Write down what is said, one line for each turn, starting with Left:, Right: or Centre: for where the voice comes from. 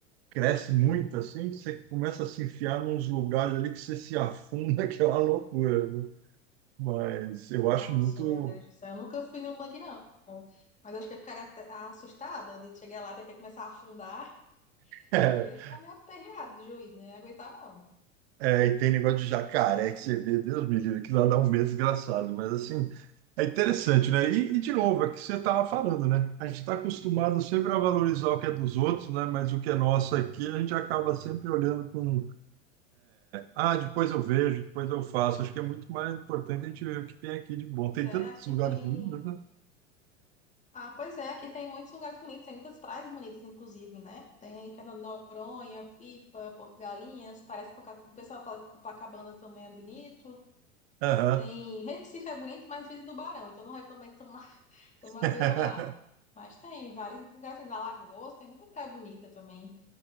Right: cresce muito, assim, você começa a se enfiar nos lugares ali que você se afunda, <laughs> que é uma loucura, né? Mas eu
Left: Nossa,
Right: acho muito.
Left: meu Deus do céu, eu nunca fui no bug, não. Mas acho que eu ficaria até- assustada de chegar lá e ter que começar a afundar.
Right: <laughs>
Left: Eu ia ficar meio aperreada do juiz, né? Não ia aguentar, não.
Right: É, é, e tem negócio de jacaré que você vê, Deus me livre, que lá dá um medo desgraçado, mas assim, é interessante, né? E, e, de novo, é o que você estava falando, né? A gente está acostumado sempre a valorizar o que é dos outros, né? Mas o que é nosso aqui, a gente acaba sempre olhando com Ah, depois eu vejo, depois eu faço. Acho que é muito mais importante a gente ver o que tem aqui de bom.
Left: Pois
Right: Tem
Left: é,
Right: tantos
Left: aqui
Right: lugares
Left: tem.
Right: lindos, né?
Left: Ah, pois é, aqui tem muitos lugares bonitos, tem muitas praias bonitas, inclusive, né? Tem Fernando de Noronha, Pipa, Porto Galinhas, parece que Coca- o pessoal fala que Copacabana também é bonito.
Right: Aham.
Left: Tem Recife é bonito, mas vive tubarão, então não recomendo tomar, <laughs> tomar
Right: <laughs>
Left: banho lá. Mas tem vários lugares, tem Alagoas, tem muita praia bonita também.